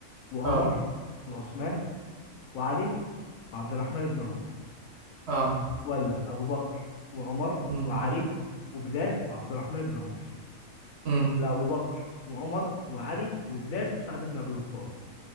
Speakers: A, on the left; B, on the right.
A: وعمر
B: آه
A: وعثمان وعلي وعبد الرحمن بن عوف
B: آه
A: ولا ابو بكر وعمر
B: أمم
A: وعلي وبلال وعبد الرحمن بن عوف
B: أمم
A: لا ابو بكر وعمر وعلي وبلال وسعد بن ابي وقاص